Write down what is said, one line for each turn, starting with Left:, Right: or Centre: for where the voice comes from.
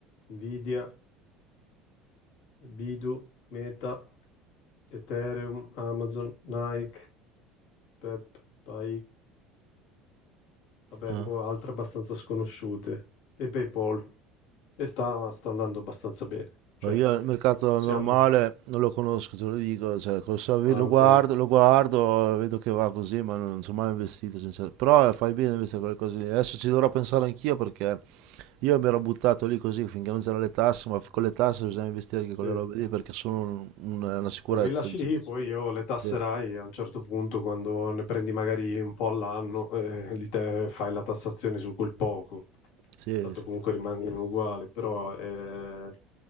Left: Nvidia, Bidu, Meta, Ethereum, Amazon, Nike, Pep, Pai, vabbè,
Right: Eh.
Left: un po' altre abbastanza sconosciute, e PayPal, e sta, sta andando abbastanza bene, cioè,
Right: No, Io il mercato
Left: siamo...
Right: normale non lo conosco, te lo dico, cioè, col so- lo
Left: Ah, ok,
Right: guardo, lo guardo, vedo che va così, ma non, non sono mai investito, sincero. Però eh, fai bene a investire quelle cose lì. Adesso ci dovrò pensare anch'io perché io mi ero buttato lì così finché non c'erano le tasse, ma con le tasse bisogna investire anche
Left: sì.
Right: con le robe lì perché sono un- un- una sicurezza,
Left: Beh, li lasci
Right: diciamo.
Left: lì, poi io le tasserai
Right: Sì,
Left: a un certo punto quando ne prendi magari un po' all'anno, <laughs> eh, lì te fai la tassazione su quel poco.
Right: sì,
Left: Tanto
Right: sì.
Left: comunque Sì. rimangono uguali, però eh,